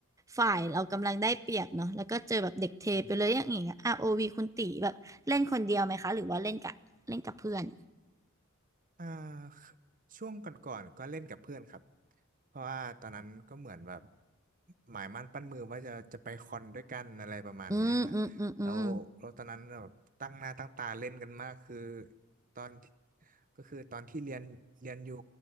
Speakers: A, on the right (about 15°); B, on the right (about 40°).
A: ฝ่ายเรากำลังได้เปรียบเนาะแล้วก็เจอแบบเด็กเทไปเลยอย่างเงี้ยอาร์โอวีคุณตีแบบเล่นคนเดียวไหมคะหรือว่าเล่นกับเล่นกับเพื่อน
B: อืม อ่าช่วงก่อนๆก็เล่นกับเพื่อนครับเพราะว่าตอนนั้นก็เหมือนแบบหมายมั่นปั้นมือว่าจะจะไปคอนด้วยกันอะไรประมาณเนี้ยฮะแล้วเราตอนนั้นแบบตั้งหน้าตั้งตาเล่นกันมากคือ
A: อืมอืมอืมอืม
B: ตอนก็คือตอนที่เรียนเรียนอยู่